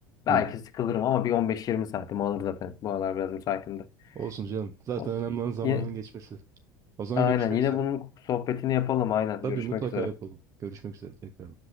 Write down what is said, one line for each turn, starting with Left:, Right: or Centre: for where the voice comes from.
Left: Belki
Right: Hı hı.
Left: sıkılırım ama bir 15-20 saatim alır zaten. Bu aralar biraz müsaitim de.
Right: Olsun canım. Zaten
Left: O-
Right: önemli olan zamanın
Left: Yine,
Right: geçmesi. O zaman
Left: aynen.
Right: görüşmek
Left: Yine
Right: üzere.
Left: bunun sohbetini yapalım. Aynen.
Right: Tabii
Left: Görüşmek
Right: mutlaka
Left: üzere.
Right: yapalım. Görüşmek üzere tekrar.